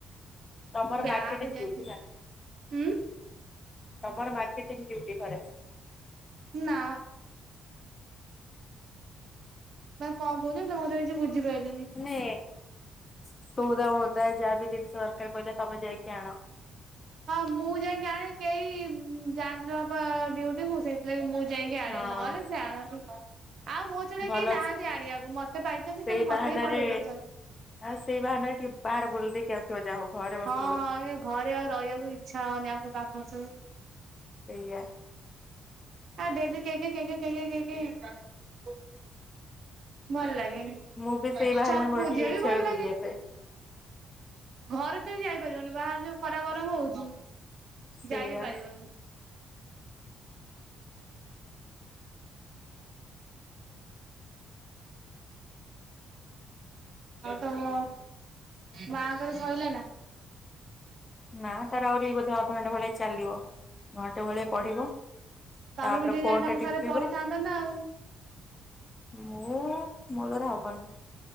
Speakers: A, on the left; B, on the right.
A: ତମର
B: ବ୍ୟାଗ
A: ମାର୍କେଟ <unintelligible>
B: ଯାଇଥିଲି
A: ଥିଲା।
B: ଉଁ
A: ତମର ମାର୍କେଟ <unintelligible> ଘରେ।
B: ନା। ତମେ କଣ କହୁଚ? ମୁଁ ତମ କଥା କିଛି ବୁଝିପାଇଲିନି।
A: ନେ ସଉଦା ମଉଦା ଯାହା ବି ଜିନିଷ ଦରକାର ପଡିଲେ ତମେ ଯାଇକି ଆଣ।
B: ହଁ ମୁଁ ଯାଇକି ଆଣେ କେହି ଉଁ ଯାଆନ୍ତି ପା ଡିଉଟି ମୁଁ ସେ <unintelligible> ମୁଁ ଯାଇକି ଆଣେ
A: ହଁ
B: ନହେଲେ ସେ ଆଣନ୍ତି। ଆଉ ମୋ ଛଡା
A: ଭଲ
B: କେହି ନାହାନ୍ତି ଆଣିବାକୁ ମତେ ପାଇଛନ୍ତି
A: ସେଇ
B: ଖାଲି
A: ବାହାନାରେ
B: ମତେ ହି ପଠେଇ ଦଉଛନ୍।
A: ଆଉ ସେଇ ବାହାନରେ ଟିକେ ବାହାରେ ବୁଲ ଦେଇ କି ଆସିବ ଯାଅ ଘରେ। ବସିବନି
B: ହଁଁ ଏ ଘରେ ଆଉ ରହିବାକୁ ଇଚ୍ଛା ହଉନି ଆଙ୍କ ପାଖରେ ସବୁ।
A: ସେଇଆ।
B: ଆ ଡେଲି କେଁ କେଁ କେଁ କେଁ କେଁ କେଁ କେଁ କେଁ <unintelligible> ଭଲ ଲାଗେନି
A: ମୁଁ ବି ସେଇ ବାହାନାରେ
B: ଛକକୁ
A: ମୋର ଟିକେ
B: ବି ଯିଆ
A: ଇଚ୍ଛା
B: ବି ଭଲ
A: ହୁଏ ବୁଲିବା
B: ଲାଗେନି।
A: ପାଇଁ
B: ଘରେ ତ ଯାଇପାରିବନି ବାହାରେ ଯୋଉ ଖରା, ଗରମ ହଉଛି
A: ସେଇଆ
B: ଯାଇ ବି ପାରିବନି। ଆଉ ତମ ମା ଙ୍କର ସଇଲା ନା।
A: ନା ତାର ଆହୁରି ବୋଧେ ଅଧଘଣ୍ଟା ଭଳିଆ ଚାଲିବ ଘଣ୍ଟେ ଭଳିଆ ପଢିବ।
B: ତମେ
A: ତାପରେ
B: ବି ଟିକେ
A: ଫୋନ
B: ଯାଇ ତାଙ୍କ
A: ଟା ଟିପିବ
B: ସାଙ୍ଗରେ ପଢିଥାନ୍ତ ନା ଆଉ।
A: ମୁଁ ମୋ ଦ୍ଵାରା ହବନି।